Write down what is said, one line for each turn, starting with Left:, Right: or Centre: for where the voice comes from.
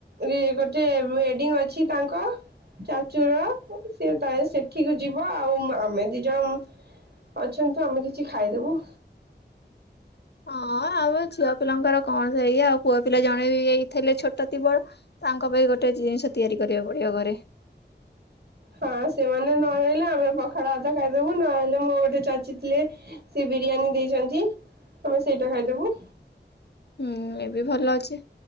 Right: ରେ ଗୋଟେ ୱେଡିଙ୍ଗ ଅଛି ତାଙ୍କ ଚାଚୁର। ସିଏ ତାର ସେଠିକୁୁ ଯିବ ଆଉ ଆମେ ଦି ଜଣ ମୁଁ ଅଛନ୍ତୁ। ଆମେ କିଛି ଖାଇଦୋବୁ।
Left: ହଁ ଆମେ ଛୁଆ ପିଲାଙ୍କର କଣ ସେଇଆ ଆଉ ପୁଅ ପିଲା ଜଣେ ବି ହେଇ ଥିଲେ ଛୋଟ ତି ବର ତାଙ୍କ ପାଇଁ ଗୋଟେ ଜିନିଷ ତିଆରି କରିବାକୁ ପଡିବ ଘରେ।
Right: ହଁ ସେମାନେ ନହଲେ ଆମେ ପଖାଳ ହାତ ଖାଇଦୋବୁ ନହେଲେ ମୋ ଗୋଟେ ଚାଚି ଥିଲେ ସେ ବିରିୟାନୀ ଦେଇଚନ୍ତି। ତମେ ସେଇଟା ଖାଇଦୋବୁ।
Left: ହୁଁ ଏବେ ଭଲ ଅଛି।